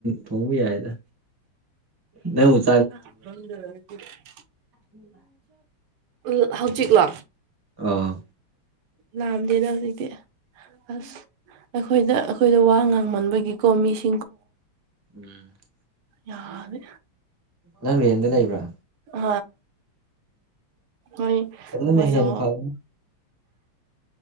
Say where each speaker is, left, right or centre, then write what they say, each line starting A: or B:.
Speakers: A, on the right (about 15°); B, on the right (about 80°).
A: ꯊꯣꯡꯕ ꯌꯥꯏꯗ ꯅ ꯎ <unintelligible> <inaudible>
B: ꯍ ꯑꯗꯨ <unintelligible> <inaudible>
A: ꯎ <unintelligible> <inaudible>
B: ꯎ ꯍꯧꯖꯤꯛꯂꯣ
A: ꯑꯧ
B: ꯂꯝ ꯂꯩꯗ ꯍꯧꯖꯤꯛꯇꯤ ꯑꯁ ꯑꯩꯈꯣꯏꯗ ꯑꯩꯈꯣꯏꯗ ꯋꯥ ꯉꯥꯡꯃꯟꯕꯒꯤꯀꯣ ꯃꯤꯁ
A: ꯎꯝ <unintelligible> <inaudible>
B: ꯌꯥꯗꯦ
A: ꯅꯪꯔꯤ ꯌꯦꯟꯂ ꯏꯕ꯭ꯔꯥ
B: ꯑ ꯃꯣꯏ
A: ꯑꯗꯨꯅ
B: ꯃꯣꯏꯗꯣ
A: ꯍꯦꯟꯅ ꯐꯕꯅꯤ